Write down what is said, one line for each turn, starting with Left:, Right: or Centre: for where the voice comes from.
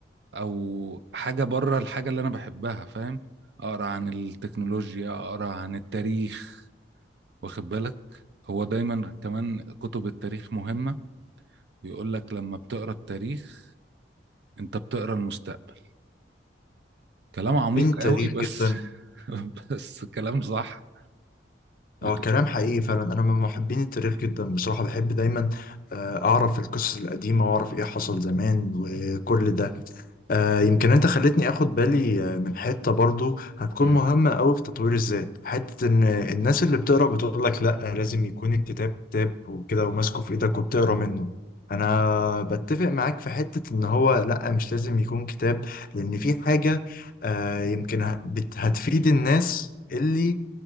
Right: او حاجه بره الحاجه اللي انا بحبها فاهم اقرا عن التكنولوجيا اقرا عن التاريخ واخد بالك هو دايما كمان كتب التاريخ مهمة بيقول لك لما بتقرا التاريخ انت بتقرا المستقبل كلام عميق
Left: بين التاريخ
Right: قوي بس
Left: جدا
Right: <laughs> بس كلام صح بت...
Left: اه كلام حقيقي فعلا انا من محبين التاريخ جدا بصراحه بحب دايما آه، اعرف القصص القديمه واعرف ايه حصل زمان وكل ده آه، يمكن انت خلتني اخد بالي آه، من حته برضو هتكون
Right: مم.
Left: مهمه قوي في تطوير الذات حته ان الناس اللي بتقرا بتقول لك لا لازم يكون الكتاب كتاب وكده وماسكه في ايدك وبتقرا منه انا بتفق معاك في حته ان هو لا مش لازم يكون كتاب لان في حاجه آه، يمكن هت- بت- هتفيد الناس اللي